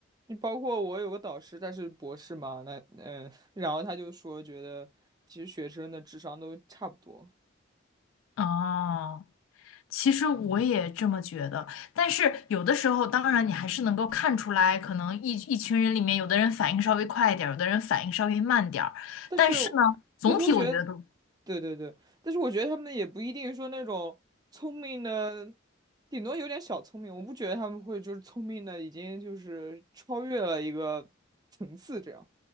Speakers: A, on the right; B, on the left.
A: 你包括我有个导师，他是博士嘛，那嗯，<laughs> 然后他就说，觉得其实学生的智商都差不多，
B: 哦，其实我也这么觉得，但是有的时候，当然你还是能够看出来，可能一一群人里面，有的人反应稍微快一点儿，有的人反应稍微慢点儿，
A: 但是，
B: 但是呢，总体我觉得都。
A: 但是我觉得，对对对，但是我觉得他们也不一定说那种聪明的，顶多有点小聪明，我不觉得他们会就是聪明的已经就是超越了一个层次这样。